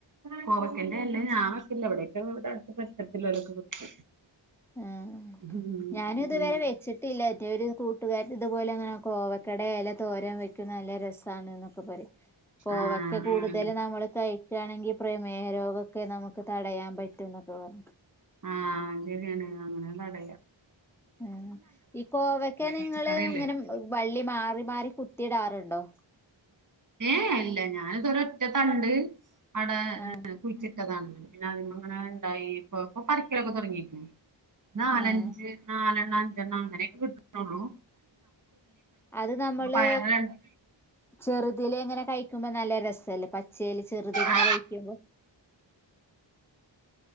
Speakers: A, on the right; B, in the centre.
A: കോവക്കന്റെ ഇല ഞാൻ വക്കാറില്ല വിടെയൊക്കെ ഇവിടെ അടുത്തെ പരിസരത്തിള്ളോ ലോക്കെ വെക്കും.
B: ആ
A: ഉം
B: ഞാനും ഇതുവരെ
A: പിന്നെ
B: വെച്ചിട്ടില്ല എ ഒരു കൂട്ടുകാരത്തി ഇതുപോലെ അങ്ങനെ- കോവക്കാടെ ഇല തോരം വെക്കും നല്ല രസ് - സാനൊക്കെക്കെ പറയ് കോവക്കെ
A: ആഹ്
B: കൂടുതൽ
A: ആഹ്
B: നമ്മള് കഴി ക്ക ആണെങ്കിൽ പ്രമേഹരോഗമൊക്കെ നമുക്ക് തടയാൻ പറ്റും എന്നൊക്കെ പറ
A: ആഹ് അങ്ങനെയാണ് അങ്ങനെ തടയാം
B: ആഹ് ഈ കോവക്കെ നിങ്ങള്
A: പച്ചക്കറിയല്ലേ
B: ഇങ്ങനെ വള്ളി മാ മാറി മാറി കുത്തിയിടാറുണ്ടോ
A: ഏ ഏ ഇല്ല ഞാൻ ഇതൊരു ഒറ്റത്തണ്ട് അടെ
B: ആഹ്
A: കുഴിച്ചി ണ്ടായി പിന്നെ അതിമേ ഇങ്ങനെ ഇണ്ടായി ഇപ്പ പറിക്കിലൊക്കെ തൊടങ്ങി നാലഞ്ച്
B: ആഹ്
A: നാലെണ്ണം അഞ്ചെണ്ണം അങ്ങനെയൊക്കെ കിട്ടുനുള്ളൂ
B: അത് നമ്മള്
A: പയറ് രണ്ട്
B: ചെറുതിലേ ഇങ്ങനെ കഴിക്കുമ്പോ നല്ല രസല്ലേ പച്ചേൽ ചെറുത് ഇങ്ങനെ
A: ആ
B: കഴിക്കുമ്പോ